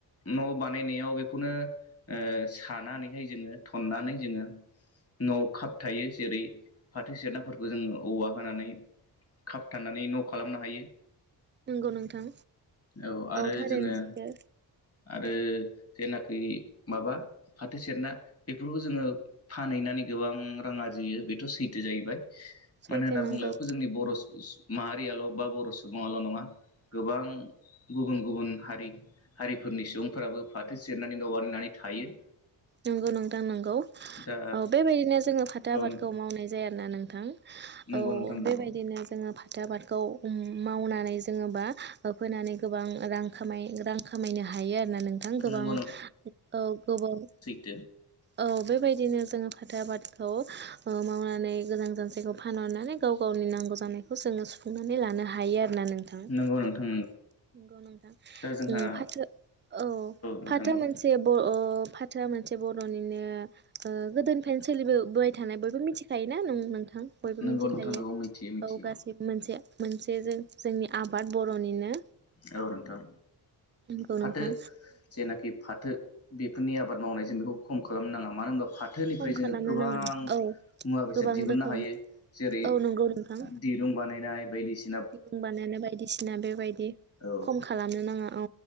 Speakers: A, on the left; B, on the right.
A: न' बानायनायाव बेखौनो ओ सानानैहाय जोङो थननानै जोङो न'आव खाबथायो जेरै फाथो सेराफोरखौ जोङो औवा होनानै खाबथा नानै न' खालामनो हायो।
B: नंगौ नोंथां
A: औ आरो
B: थारैनो
A: जोङो
B: सैथो
A: आरो जेनाखि माबा फाथो सेरना बेफोरखौ जोङो फानहैनानै गोबां रां आरजियो बेथ' सैथो जायैबाय।
B: सैथो
A: मानो होनना
B: नंगौ
A: बुंब्ला बेखौ जोंनि बर' सु माहारियाल' बा बर' सुबुल' नङा गोबां गुबुन गुबुन हारि हारिफोरनि सुबुंफोराबो फाथो सेरनानै न' बानायनानै थायो।
B: नंगौ नोंथां नंगौ
A: दा
B: औ बेबायदिनो जोङो फाथो
A: औ
B: आबादखौ
A: नोंथां
B: मावनाय जायाना नों थां।
A: नंगौ
B: औ
A: नोंथां नंगौ
B: बेबायदिनो जोङो फा थो आबादखौ ओम मावनानै जोङोबा फोनानै गोबां रां खामाय रां खामायनो हायो आरो। ना नोंथां गोबां
A: नंगौ
B: औ गोबाव
A: थो।
B: औ बेबायदिनो जों फाथो आबादखौ ओ मावनानै गोजान जानसेखौ फानहरनानै गाव गावनि नांगौ जानायखौ जोङो सुफुंनानै लानो हायो आरो ना नोंथां। नंगौ
A: नंगौ नोंथां
B: नोंथां
A: दा जोंहा
B: ओम फाथो औ
A: नोंथां
B: फाथो
A: औ
B: मोनसे अ फाथोआ मोनसे ब बर'निनो ओ गोदोनिफ्रायनो सोलिबोबोबाय थानाय बयबो मिथिखायो ना नों-नोंथां बयबो
A: नंगौ
B: मिथिखायो
A: नोंथां नंगौ मिथियो मिथियो
B: औ गासैबो मोनसे मोनसे जे जों-जोंनि आबाद बर'निनो
A: औ नोंथां।
B: नंगौ
A: फाथो
B: नोंथां
A: जेनाखि फाथो बेफोरनि आबाद मावनायजों बेखौ खम खालामनो नाङा मानो होनबा फाथोनिफ्राय
B: खम
A: जोङो
B: खालामनो
A: गोबां
B: नाङा औ
A: मुवा बेसाद
B: गोबां
A: दिहुननो
B: रोखोम
A: हायो जेरै
B: औ नंगौ नोंथां
A: दिरुं बानायनाय बायदिसि
B: दिरुं बानायानो बायदिसिना बेबायदि
A: औ
B: खम खालामनो नाङा औ।